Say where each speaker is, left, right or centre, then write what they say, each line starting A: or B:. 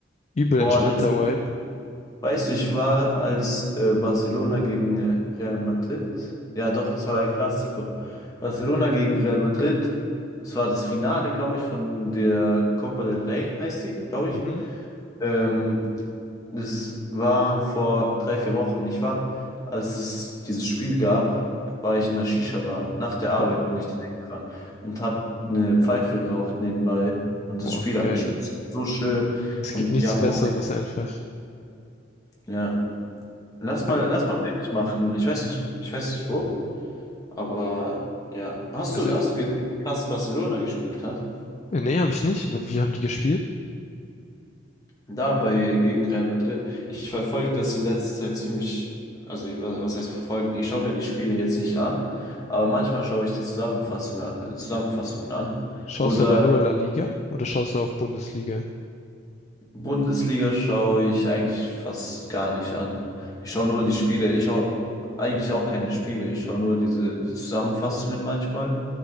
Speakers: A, on the left (about 35°); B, on the left (about 20°).
A: Übel
B: Boah,
A: entspannter
B: das
A: Vibe.
B: Weißt du, ich war als äh, Barcelona gegen äh, Real Madrid. Ja, doch, das war ein Clasico. Barcelona gegen Real Madrid. Es war das Finale, glaube ich, von der Copa del Rey, heißt sie, glaube ich.
A: Mhm.
B: Ähm, das war vor drei, vier Wochen. Ich war, als es dieses Spiel gab, war ich in der Shisha-Bar. Nach der Arbeit
A: Boah,
B: bin ich da hingefahren und habe eine Pfeife geraucht nebenbei und das
A: boah,
B: Spiel angeschaut.
A: geil.
B: Es war so schön
A: Es
B: und
A: gibt nichts
B: die haben
A: Besseres
B: auch
A: einfach.
B: Ja. Lass mal,
A: Aber,
B: lass mal wirklich machen. Ich weiß nicht, ich weiß nicht wo, aber ja. Hast
A: also,
B: du, hast du gesehen, dass Barcelona gespielt hat?
A: äh, nee, habe ich nicht. W- Wie haben die gespielt?
B: Da bei, gegen Real Madrid. Ich verfolge das in letzter Zeit ziemlich, also ich- was heißt verfolgen? Ich schaue mir die Spiele jetzt nicht an, aber manchmal schaue ich die Zusammenfassung, äh, Zusammenfassungen an.
A: Schaust
B: Oder
A: du aber nur La Liga oder schaust du auch Bundesliga?
B: Bundesliga schaue ich eigentlich fast gar nicht an. Ich schaue nur die Spiele. Ich schaue eigentlich auch keine Spiele. Ich schaue nur diese die Zusammenfassungen manchmal.